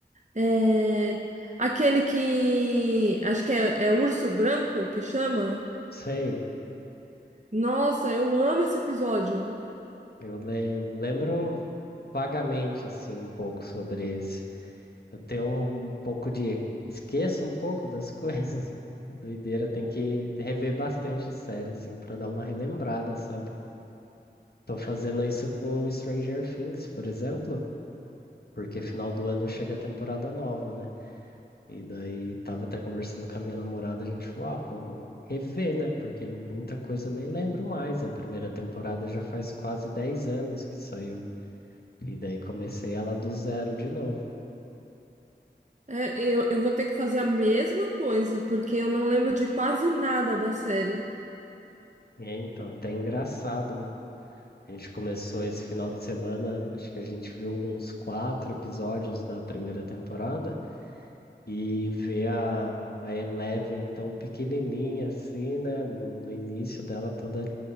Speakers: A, on the right; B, on the left.
A: É aquele que acho que é, é Urso Branco que chama.
B: Sei,
A: Nossa, eu amo esse episódio.
B: eu lembro, lembro vagamente, assim, um pouco sobre esse. Eu tenho um, um pouco de. Esqueço um pouco das coisas. <laughs> Doideira, tem que rever bastante série, assim, pra dar uma relembrada, sabe? Tô fazendo isso com Stranger Things, por exemplo, porque final do ano chega a temporada nova, né? E daí tava até conversando com a minha namorada, a gente falou, ah, vamos rever, né? Porque muita coisa eu nem lembro mais. A primeira temporada já faz quase 10 anos que saiu. E daí comecei ela do zero de novo.
A: É, eu, eu vou ter que fazer a mesma coisa, porque eu não lembro de quase nada da série.
B: E é, então, até engraçado. A gente começou esse final de semana, acho que a gente viu uns quatro episódios da primeira temporada e ver a, a Eleven tão pequenininha assim, né? No, no início dela toda